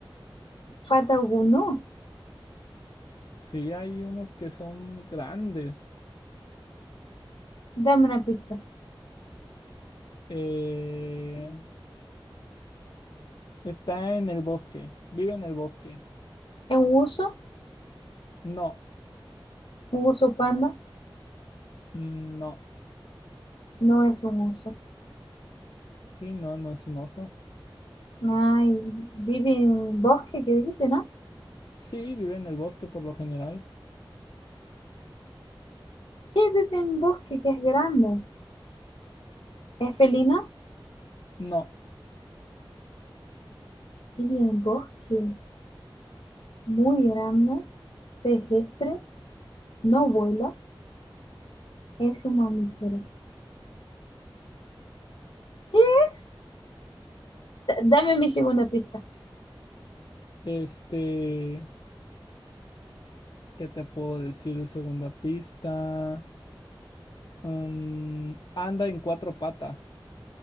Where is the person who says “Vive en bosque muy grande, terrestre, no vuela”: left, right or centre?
Left